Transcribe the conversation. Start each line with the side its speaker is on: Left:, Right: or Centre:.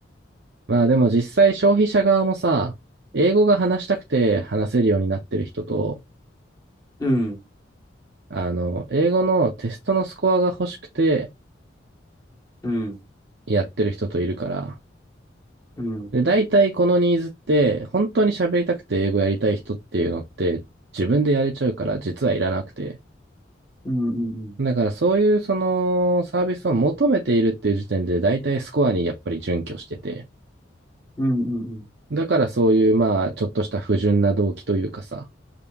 Right: まあでも実際消費者側もさ、英語が話したくて話せるようになってる人と、
Left: うん、
Right: あの、英語のテストのスコアが欲しくて
Left: うん、
Right: やってる人といるから、
Left: うん、
Right: で、大体このニーズって、本当に喋りたくて英語やりたい人っていうのって、自分でやれちゃうから、実はいらなくて。
Left: うん、うん、うん、
Right: だからそういうそのサービスを求めているっていう時点で、大体スコアにやっぱり準拠してて、
Left: うん、うん、
Right: だからそういうまあ、ちょっとした不純な動機というかさ、